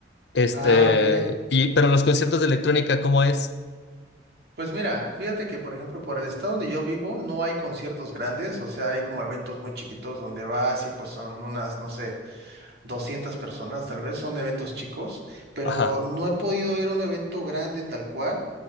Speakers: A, on the left; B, on the right.
A: Este,
B: Ah, ok.
A: y, pero los conciertos de electrónica, ¿cómo es?
B: Pues mira, fíjate que por ejemplo por el estado donde yo vivo no hay conciertos grandes, o sea, hay como eventos muy chiquitos donde vas y pues son unas, no sé, 200 personas, tal vez son eventos chicos, pero
A: Ajá,
B: no he podido ir a un evento grande tal cual,